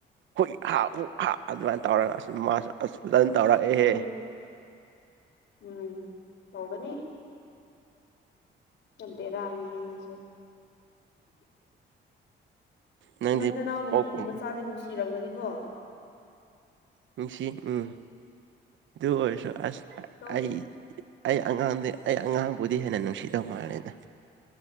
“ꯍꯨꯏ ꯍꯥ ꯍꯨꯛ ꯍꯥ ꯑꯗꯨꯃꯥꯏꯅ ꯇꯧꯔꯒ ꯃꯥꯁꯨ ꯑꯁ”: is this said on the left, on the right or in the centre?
Right